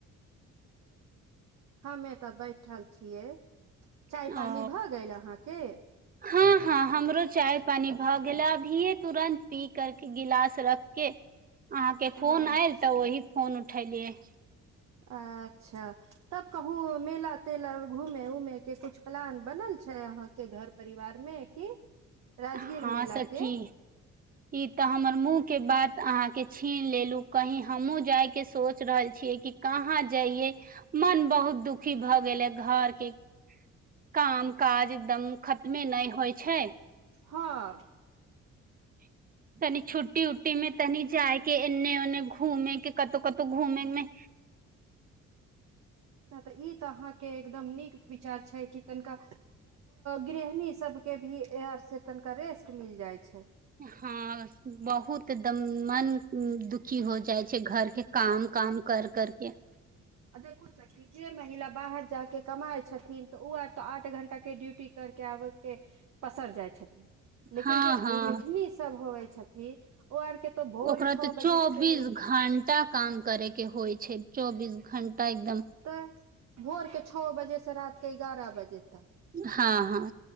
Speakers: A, on the right; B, on the right.
A: हमे तऽ बैठल छियै चाय पानी
B: ओ
A: भऽ गेल अहाँके
B: हँ हँ हमरो चाय पानी भऽ गेलै अभीये तुरन्ंत पी करके गिलास रख के अहाँ के
A: अच्छा
B: फोन आयल तऽ ओहि फोन उठलिय
A: अच्छा तब कहूँ मेला तेला घूमे उमेके किछु प्लान बनल छै अहाँके घर परिवारमे कि राजगीर
B: हँ
A: मेला
B: सखी
A: के
B: ई तऽ हमर मुँह के बात तऽ अहाँके छीन लेलू कही हमहुूँ जायके सोच रहल छियै कि कहाँ जइये मन बहुत दुखी भऽ गेले घर के काम काज एकदम खतमे नहि होइ छै
A: हँ
B: <inaudible> कनि छुट्टी उुट्टी मे तनी जायके एन्ने ओन्ने घूमे के कतहु कतहु घूमेमे
A: तऽ ई तऽ अहाँ के एकदम नीक विचार छै कि तनिका गृहणी सब के भी एर से तनिका रेस्ट मिल जाय छै
B: हँ बहुत एकदम मन दुखी हो जाइ छै घरके काम काम कर करके
A: अद कुछ की महिला बात च्चाके कमाइ छथिन तऽ ओ आर त आठ घंटा के ड्यूटी कर के आबे के पसर जाय छथि लेकिन
B: हँ
A: जे गृहिणी
B: हँ
A: सब होबै छथिन ओ आरके तो भोर
B: ओकरा
A: छओ
B: तऽ
A: बजे
B: चौबीस
A: से
B: घंटा काम करे के होइ छै चौबीस घं्टा एकदम
A: तऽ भोर के छओ बजे रात के बग बजे तक
B: हँ हँ